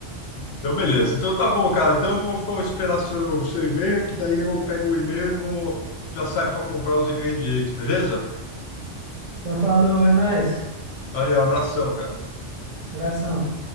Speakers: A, on the left; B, on the right.
A: Então, beleza. Então, tá bom, cara. Então, eu vou, vou esperar seu, seu e-mail, que daí eu pego o e-mail e vou, já saio para comprar os ingredientes, beleza?
B: Então falou, é nóis.
A: Valeu, abração, cara.
B: Abração.